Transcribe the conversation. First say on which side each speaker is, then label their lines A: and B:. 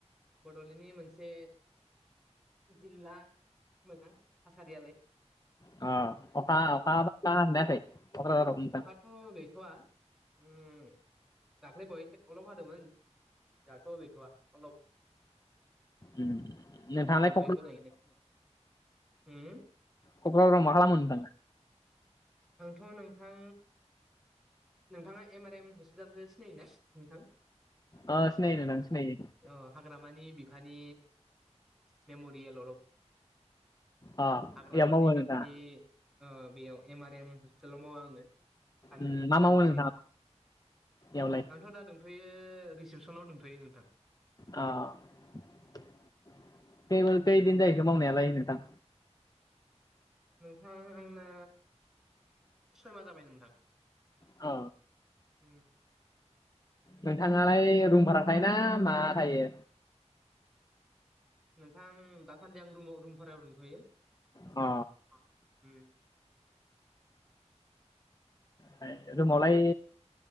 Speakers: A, in the centre; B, on the left.
A: बड'लेण्डनि मोनसे जिल्ला मोजां थासारियालाय
B: अ अखा अखा अखा हादोना हायाखै कक्राझाराव नोंथां
A: अखायाथ' गैथ'वा ओम दाख्लैबावैसो अलब हादोंमोन दाथ' गैथ'वा अलब
B: ओम नोंथाङालाय
A: दोंथ'यो
B: <unintelligible>
A: मोजाङैनो उम
B: क'क्राझाराव मा खालामो नोंथां
A: आंथ' नों थां नोंथाङा एम आर एम हस्पिटालखौ सिनायोना नोंथां
B: ओ‌ सिनायो नोंथां सिनायो
A: औ हाग्रामानि बिफानि मेमरियेल अलफ
B: अ
A: हाग्रामानि
B: एयाव मावो
A: बिफानि
B: नोंथाङा
A: ओ बेयाव एम आर एम हस्पिटालाव मावो आं आं
B: उम मा
A: दान्दिसे
B: मावो नोंथाङा एयावलाय
A: आंथ' दा दं थ'यो रिसेपसनाव दंथ'यो नोंथां
B: अ टेबोल
A: उम
B: कैदिन जायैखो मावनायालाय नोंथां
A: नोंथां आंना सयमा जाबाय नोंथां
B: ओ
A: उम
B: नोंथाङालाय रुम भारा थायोना मा थायो
A: नोंथां दासान्दि आं रुमाव रुम भारायाव दंथ'यो
B: अ
A: अ ओम
B: ओमफाय रुमावलाय